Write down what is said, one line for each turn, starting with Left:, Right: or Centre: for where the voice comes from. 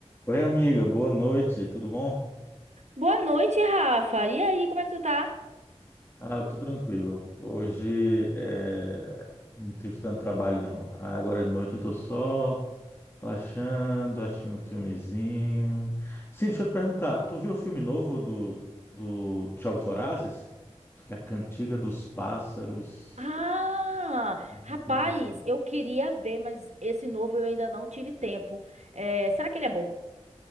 Left: Oi, amiga, boa noite, tudo bom?
Right: Boa noite, Rafa. E aí, como é que tu tá?
Left: Ah, eu tô tranquilo. Hoje é... não tive tanto trabalho, não. Ah, Agora de noite eu tô só relaxando, assistindo um filmezinho. Sim, deixa eu te perguntar, tu viu o filme novo do, do Jogos Vorazes? Acho que é a Cantiga dos Pássaros,
Right: Ah,
Left: alguma
Right: rapaz,
Left: coisa assim.
Right: eu queria ver, mas esse novo eu ainda não tive tempo. É, será que ele é bom?